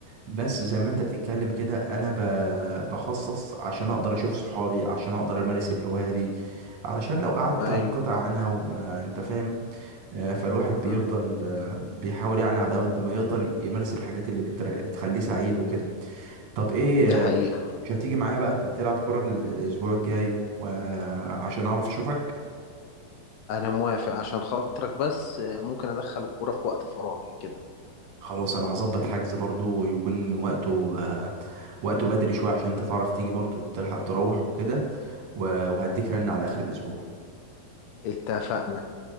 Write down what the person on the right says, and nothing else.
بس زي ما انت بتتكلم كده انا ب- بخصص عشان اقدر اشوف صحابي عشان اقدر امارس الهوايه دي علشان لو قعدت
هنقطع عنها وما انت فاهم آه، فالواحد بيفضل
آه، بيحاول يعني على قد ما يقدر يمارس الحاجات اللي بتر- بتخليه سعيد وكده طب ايه
آه، مش مش هتيجي معايا بقى تلعب كرة الاسبوع الجاي وعشان اعرف اشوفك
خلاص انا هظبط حجز برضو يكون وقته آه، وقته بدري شوية عشان انت تعرف تيجي برضو تلحق تروح وكده و- وهديك رن على اخر الاسبوع